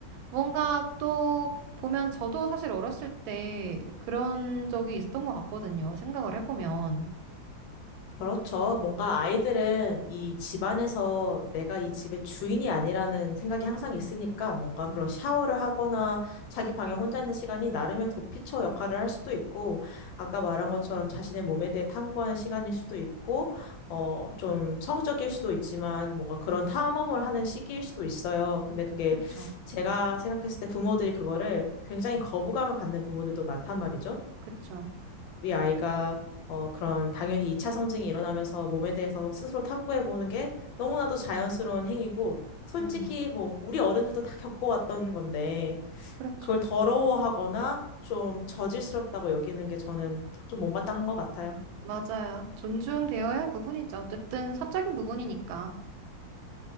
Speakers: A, on the right; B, on the left.
A: 뭔가 또 보면 저도 사실 어렸을 때 그런 적이 있었던 것 같거든요. 생각을 해보면.
B: 그렇죠. 뭔가 아이들은 이 집안에서 내가 이 집의 주인이 아니라는 생각이 항상 있으니까 뭔가
A: 음,
B: 그런 샤워를 하거나 자기 방에 혼자 있는 시간이 나름의 도피처 역할을 할 수도 있고, 아까 말한 것처럼 자신의 몸에 대해 탐구하는 시간일 수도 있고, 어, 좀 성적일 수도 있지만 뭔가 그런 탐험을 하는 시기일 수도 있어요. 근데 그게
A: 그쵸,
B: 제가 생각했을 때 부모들이 그거를 굉장히 거부감을 갖는 부모들도 많단 말이죠.
A: 그쵸.
B: 우리 아이가 어, 그런 당연히 2차 성징이 일어나면서 몸에 대해서 스스로 탐구해보는 게 너무나도 자연스러운 행위고 솔직히
A: 음,
B: 뭐 우리 어른들도 다 겪어왔던 건데
A: 그렇죠.
B: 그걸 더러워하거나 좀 저질스럽다고 여기는 게 저는 좀 못마땅한 것 같아요.
A: 맞아요. 존중되어야 할 부분이죠. 어쨌든 사적인 부분이니까.